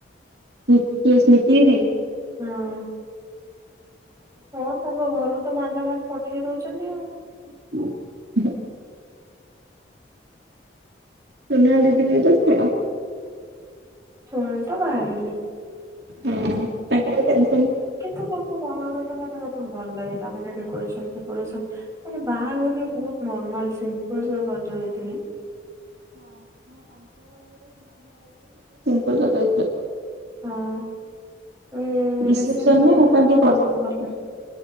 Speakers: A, on the right; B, on the right.
A: ହୁ କିଏ ସ୍ମୃତିି ଦିଦି?
B: ହଁ। ହଁ, ତାଙ୍କ ଘରୁ ତ ମାଲା ମାଲ୍ ପଠେଇ ଦଉଛନ୍ତି ଆଉ।
A: <inaudible> ସୋନାଲି ଦିଦିବିକି ତ ଛାଡ଼!
B: ସୋନାଲି ତ ବାହାହେଇ ଗଲେ।
A: ହୁଁ, ତାଙ୍କର ଟେନ୍
B: କିନ୍ତୁ ତାଙ୍କ ବାହାଘରଟା ମାନେ ମତ୍ ଭଲ ଲାଗିଲା ମାନେ, ଡେକୋରେସନ୍ ଫେକୋରେସନ୍ ମାନେ ବାହାଘରେ ବହୁତ ନର୍ମାଲ ସିମ୍ପଲସା ସ ସଜ ହେଇଥିଲେ।
A: ହ କଉ ସଜ ହେଇଥିଲେ?
B: ହଁ। ଏଇ
A: ରିସେପସନ୍
B: ରିସେପସନରେ
A: ନେ ତାଙ୍କୁ କିଏ
B: ହଁ
A: କର,
B: ଭଲ
A: ହୁଁ,